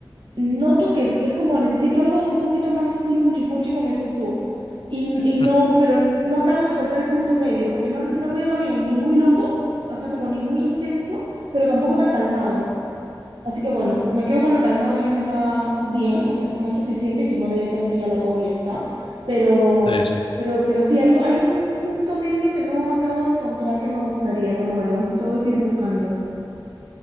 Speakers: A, on the right; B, on the left.
A: noto que, que es como necesito algo un poquito más así, punchi punchi, como dices tú. Y, y no,
B: mm,
A: pero no acabo de encontrar el punto medio, porque no, no me va bien, ni muy loco, o sea, como ni muy intenso, pero tampoco tan calmado. Así que bueno, me quedo con lo calmado, ya me va bien, o sea, es como es suficiente, y si no directamente ya lo apago y ya está. Pero,
B: sí, sí.
A: pero, pero sí, hay, un- hay un punto medio que no acabo de encontrar que me gustaría, pero bueno, es todo es ir buscando.